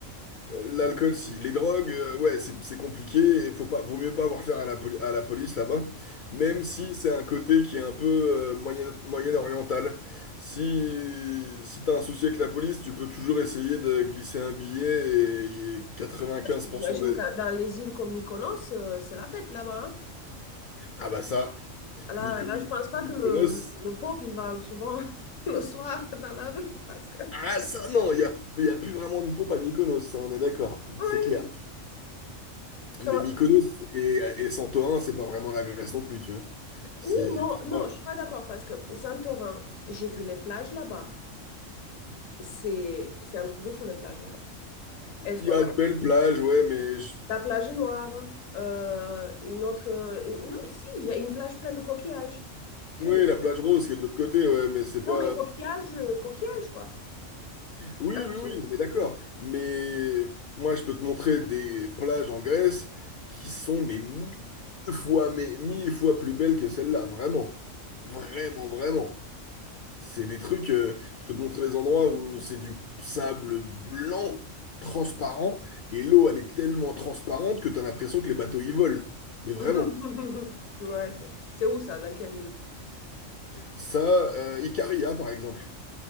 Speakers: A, on the left (about 60°); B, on the left (about 75°).
A: Euh, L'alcool, si. Les drogues, euh, ouais, c'est c'est compliqué et faut pas, vaut mieux pas avoir affaire à la, poli- à la police là-bas. Même si c'est un côté qui est un peu euh, moyen, moyen-oriental. Si, si t'as un souci avec la police, tu peux toujours essayer de glisser un billet et, quatre-vingt quinze
B: Parce que
A: pour
B: j'imagine
A: cent des...
B: que dans les îles comme Mykonos, euh, c'est la fête là-bas. hein.
A: Ah bah ça,
B: Là,
A: Myko-
B: là,
A: My-
B: je pense pas
A: My-
B: que le,
A: Mykonos...
B: le peuple, il va souvent <laughs> le soir dans la rue parce que...
A: Ah ça, non, il y a, y a plus vraiment de pop à Mykonos, ça, on est d'accord,
B: <laughs> Oui,
A: c'est clair.
B: Ça
A: Mais
B: m'a-
A: Mykonos et, et Santorin, c'est pas vraiment la Grèce non plus, tu vois. C'est...
B: oui, non, non,
A: voilà.
B: je suis pas d'accord parce que Santorin, j'ai vu les plages là-bas. C'est c'est un truc de fou, les plages là-bas.
A: Il
B: Elles sont
A: y a
B: mal.
A: de belles plages, ouais, mais je-
B: La plage noire, euh, une autre. euh, non, si, il y a une plage pleine de coquillages. Que
A: oui,
B: des.
A: la plage rose qui est de l'autre côté, ouais, mais c'est
B: Non,
A: pas.
B: mais coquillages, euh, coquillages, quoi.
A: Oui, oui,
B: Si.
A: oui, non, mais d'accord. Mais moi, je peux te montrer des plages en Grèce qui sont mais mille fois, mais mille fois plus belles que celle-là, vraiment, vraiment, vraiment. C'est des trucs. euh, je peux te montrer des endroits où c'est du sable blanc, transparent, et l'eau, elle est tellement transparente que t'as l'impression que les bateaux y volent. Mais vraiment.
B: <laughs> Ouais, c'est c'est où ça? Dans quelle île?
A: Ça, euh, Icaria, par exemple.